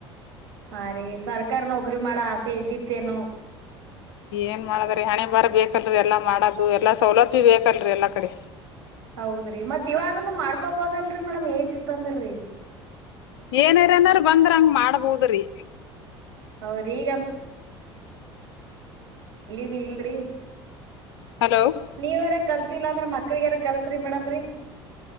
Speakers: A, on the right; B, on the left.
A: ಹಾ ರೀ ಸರ್ಕಾರ್ ನೌಕ್ರಿ ಮಾಡ ಆಸೆ ಇದ್ದಿತ್ತೇನೊ.
B: ಏನ್ ಮಾಡದ್ರೀ ಹಣೆ ಬಾರ ಬೇಕಲ್ರಿ ಎಲ್ಲಾ ಮಾಡದು ಎಲ್ಲಾ ಸವ್ಲತ್ತು ಬೇಕಲ್ರಿ ಎಲ್ಲಾ ಕಡಿ.
A: ಹೌದ್ರಿ ಮತ್ ಇವಾಗುನು ಮಾಡ್ಕೊಬೋದಲ್ರಿ ಮೇಡಮ್ ಏಜ್ ಇತ್ತಂದ್ರರಿ.
B: ಏನಾರ್ ಏನಾರ್ ಬಂದ್ರ ಹಂಗ್ ಮಾಡ್ಬೋದ್ರಿ.
A: ಹೌರಿಗನ್ ಇಲ್ಲಿವಿ ಇಲ್ರಿ.
B: ಹಲೋ
A: ನೀವರ ಕಲ್ ತ್ತಿಲ್ಲಾ ಅಂದ್ರ ಮಕ್ಳಗಾರ ಕಲ್ಸ್ರಿ ಮೇಡಮ್ರಿ.